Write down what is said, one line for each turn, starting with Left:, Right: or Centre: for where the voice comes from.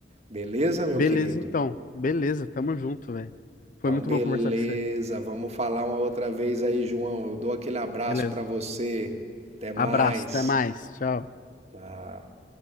Right: Beleza, meu
Left: Beleza,
Right: querido?
Left: então. Beleza, tamo junto, velho.
Right: Então,
Left: Foi muito
Right: beleza.
Left: bom conversar com você.
Right: Vamos falar uma outra vez aí, João. Eu dou aquele abraço
Left: Beleza.
Right: para você. Até mais.
Left: Abraço, até mais. Tchau.
Right: Tchau.